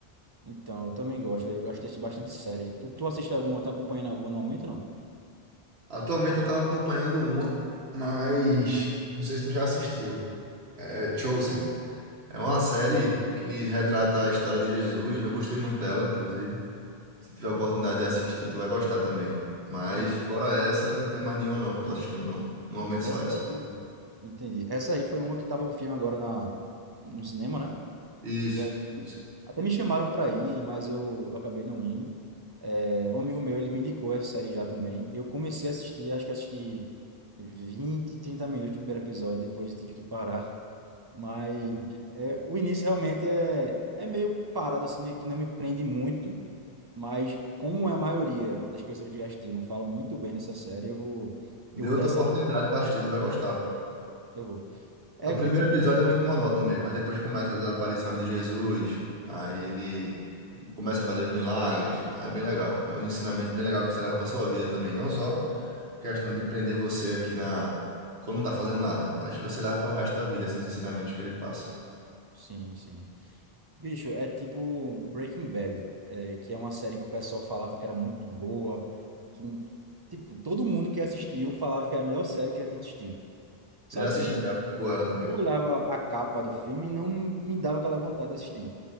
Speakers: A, on the right; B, on the right.
A: Então, eu também gosto, velho. Eu gosto de assistir bastante séries. Tu, tu assiste alguma, tá acompanhando alguma no momento, não?
B: Atualmente eu tava acompanhando uma, mas não sei se tu já assistiu. É Chosen. É uma série que retrata a história de Jesus. Eu gostei muito dela, inclusive. Se tiver a oportunidade de assistir, tu vai gostar também. Mas
A: Bicho,
B: fora essa, não tem mais nenhuma não que eu tô assistindo não. No momento
A: essa
B: só essa.
A: aí, entendi. Essa aí foi uma que tava um filme agora na, no cinema, né?
B: Isso,
A: E
B: isso.
A: Até me chamaram para ir, mas eu, eu acabei não indo. É, um amigo meu, ele me indicou essa série já também. Eu comecei a assistir, acho que assisti 20, 30 minutos do primeiro episódio, depois eu tive que parar. Mas é, o início realmente é, é meio parado, assim, né? Que não me prende muito, mas como é a maioria das pessoas que já assistiram falam muito bem dessa série, eu vou, eu
B: Dê
A: vou
B: outra
A: dar essa...
B: oportunidade pra assistir, tu vai gostar, pô.
A: Eu vou. É,
B: O
A: é
B: primeiro
A: tipo...
B: episódio é muito monótono mesmo, aí depois começa as aparições de Jesus, aí ele começa a fazer os milagres, aí é bem legal. É um ensinamento bem legal que você leva pra sua vida também, não só questão de prender você aqui na quando não tá fazendo nada, mas você leva para o resto da vida esses ensinamentos que ele passa.
A: Sim, sim. Bicho, é tipo Breaking Bad, é, que é uma série que o pessoal falava que era muito boa, que, tipo, todo mundo que assistiu falava que era a melhor série que já tinha assistido. Só
B: Eu já assisti
A: que
B: já, é muito boa ela também.
A: eu olhava a capa do filme e não me dava aquela vontade de assistir.